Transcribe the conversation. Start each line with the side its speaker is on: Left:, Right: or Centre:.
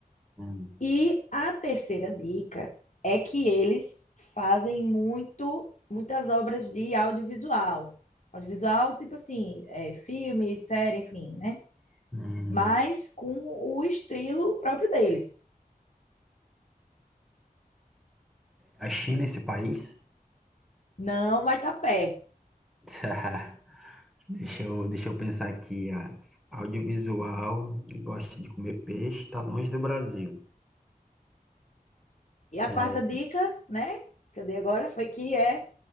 Centre: hum,
Left: E a terceira dica é que eles fazem muito, muitas obras de audiovisual. Audiovisual, tipo assim, é, filme, série, enfim, né?
Centre: hum.
Left: Mas com o estilo próprio deles.
Centre: A China, é esse país?
Left: Não, mas tá perto.
Centre: <laughs> Tá. Deixa eu, deixa eu pensar aqui. Ah, Audiovisual, gosta de comer peixe, está longe do Brasil.
Left: E a
Centre: É,
Left: quarta dica, né, que eu dei agora foi que é